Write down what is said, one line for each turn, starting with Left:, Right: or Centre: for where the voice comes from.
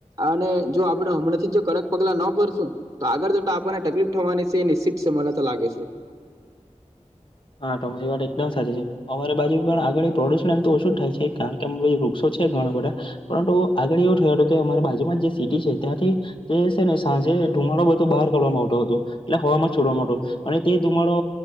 Right: અને જો આપણે હમણાંથી જ જો કડક પગલા ન ભરશું તો આગળ જોતા આપણને તકલીફ થવાની સે, એ નિશ્ચિત સે, મને તો લાગે સે.
Left: હા, તમારી વાત એકદમ સાચી છે. અમારી બાજુ પણ આગળ પ્રડુષણ એમ તો ઓછું જ થાય છે. કારણ કે, અ વૃક્ષો છે ઘણા બધા પરંતુ, આગળ એવું થયું હતું કે અમારા બાજુમાં જ જે સિટી છે ત્યાંથી જે છે ને સાંજે ધુમાડો બધો બહાર કાવામાં આવતો હતો, એટલે હવામાં છોડવામાંતો અને તે ધુમાડો